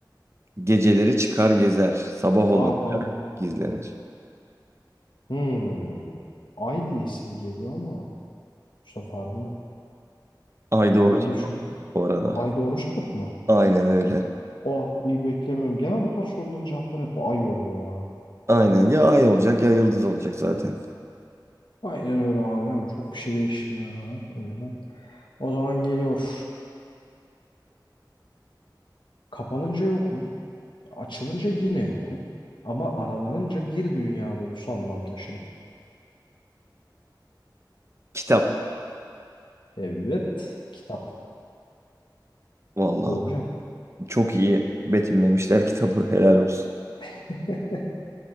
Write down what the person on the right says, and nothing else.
Geceleri çıkar gezer, sabah olunca
gizlenir.
Ay
doğru cevap
bu arada.
Aynen öyle.
Aynen ya ay olacak ya yıldız olacak zaten.
Kitap.
Vallahi
çok iyi betimlemişler kitabı. Helal olsun.